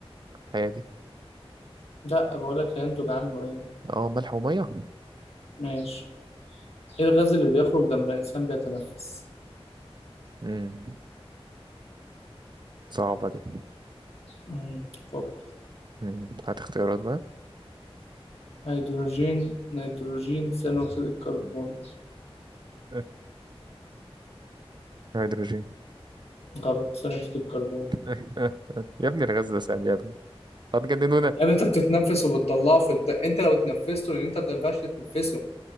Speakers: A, on the right; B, on the left.
A: هادي
B: لا بقولك هينتج عنه إيه؟
A: اه ملح وميه
B: ماشي إيه الغاز اللي بيخرج لما الإنسان بيتنفس؟
A: امم صعبة دي
B: مم، فكر
A: امم هات اختيارات بقى
B: هيدروجين نيتروجين ثاني أكسيد الكربون
A: أه، هيدروجين
B: غلط ثاني أكسيد الكربون
A: أه، أه. يا ابني الغاز ده سام يا ابني هتجننونا
B: يعني أنت بتتنفس وبتطلعه في الت... أنت لو اتنفسته لأن أنت ما ينفعش تتنفسه